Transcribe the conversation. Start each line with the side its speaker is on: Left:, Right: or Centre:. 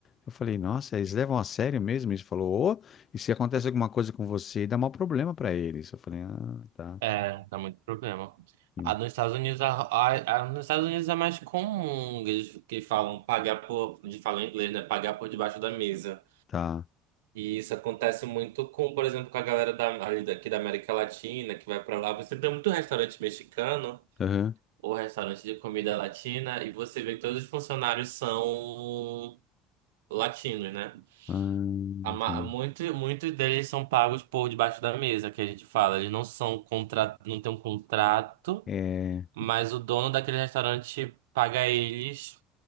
Left: Eu falei, nossa, eles levam a sério mesmo isso? Falou, ô, e se acontece alguma coisa com você, dá maior problema pra eles. Eu falei, ah, tá,
Right: É, dá muito problema.
Left: hum,
Right: A nos Estados Unidos, a, a- a- nos Estados Unidos é mais comum que eles que falam pagar por, de falar em inglês, né? Pagar por debaixo da mesa.
Left: tá.
Right: E isso acontece muito com, por exemplo, com a galera da, ali daqui da América Latina, que vai pra lá. Você tem muito restaurante mexicano
Left: Aham.
Right: ou restaurante de comida latina, e você vê que todos os funcionários são latinos, né?
Left: Ah, entendo.
Right: A ma- Muito, muitos deles são pagos por debaixo da mesa, que a gente fala. Eles não são contra, não tem um contrato,
Left: É,
Right: mas o dono daquele restaurante paga eles